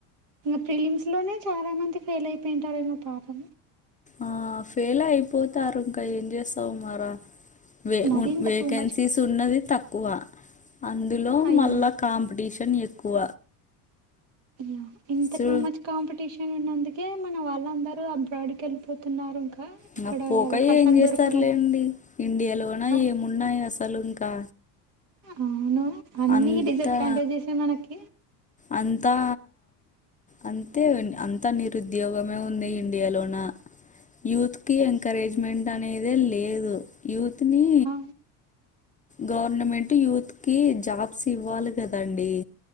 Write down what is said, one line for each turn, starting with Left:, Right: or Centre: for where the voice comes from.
Right: ఇంకా ప్రిలిమ్స్ లోనే చాలా మంది ఫెయిల్ అయిపోయింటారు ఏమో పాపం
Left: ఆ ఫెయిల్ అయిపోతారు ఇంకా ఏం చేస్తావు మరా వే
Right: మరింత
Left: వేకెన్సీస్
Right: టూ మచ్
Left: ఉన్నది తక్కువ అందులో
Right: అయి
Left: మళ్ళా కాంపిటీషన్ ఎక్కువ
Right: హ్మ్ ఇంత
Left: సో
Right: టూ మచ్ కాంపిటీషన్ ఉన్నందుకే మన వాళ్ళందరూ అబ్రాడ్ కెళ్ళిపోతున్నారు ఇంకా
Left: ఇంగ
Right: ఇక్కడ
Left: పోక
Right: అవకాశాలు
Left: ఏం చేస్తారులేండి
Right: దొరకవని.
Left: ఇండియాలోన
Right: ఆ!
Left: ఏమున్నాయి అసలు ఇంకా
Right: అవును అన్ని
Left: అంతా
Right: డిసడ్వాంటేజెస్సే మనకి
Left: అంతా అంతే అంతా నిరుద్యోగమే ఉంది ఇండియాలోన యూత్ కి ఎంకరేజ్మెంట్ అనేదే లేదు యూత్ ని
Right: ఆ!
Left: గవర్నమెంట్ యూత్ కి జాబ్స్ ఇవ్వాలి కదండి